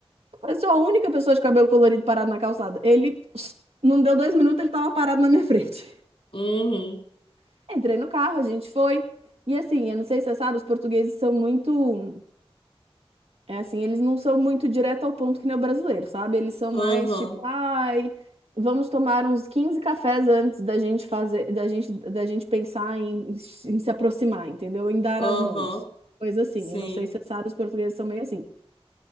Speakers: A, on the right (about 75°); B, on the left (about 65°).
A: Eu falei, sou a única pessoa de cabelo colorido parada na calçada. Ele, <tsk> não deu dois minutos, ele tava parado na minha frente.
B: Uhum.
A: <laughs> Entrei no carro, a gente foi, e assim, eu não sei se você sabe, os portugueses são muito... É assim, eles não são muito direto ao ponto que nem o brasileiro, sabe? Eles são
B: Aham,
A: mais tipo, ai, vamos tomar uns 15 cafés antes da gente fazer, da gente, da gente pensar em, em se aproximar, entendeu? Em dar
B: aham,
A: as mãos. Coisa assim.
B: sim.
A: Eu não sei se você sabe, os portugueses são meio assim.